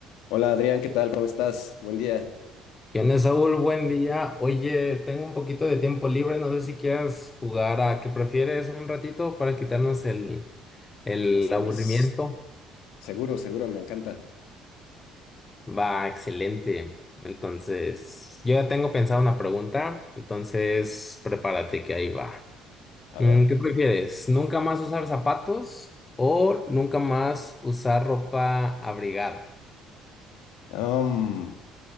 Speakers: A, on the left (about 85°); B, on the left (about 15°).
A: Hola Adrián, ¿qué tal? ¿Cómo estás? Buen día.
B: ¿Qué onda, Saúl? Buen día. Oye, tengo un poquito de tiempo libre. No sé si quieras jugar a qué prefieres un ratito para quitarnos el, el
A: El estrés.
B: aburrimiento.
A: Seguro, seguro, me encanta.
B: Va, excelente. Entonces, yo ya tengo pensada una pregunta. Entonces, prepárate que ahí va.
A: A
B: Mm,
A: ver.
B: ¿Qué prefieres? ¿Nunca más usar zapatos o nunca más usar ropa abrigada?
A: am,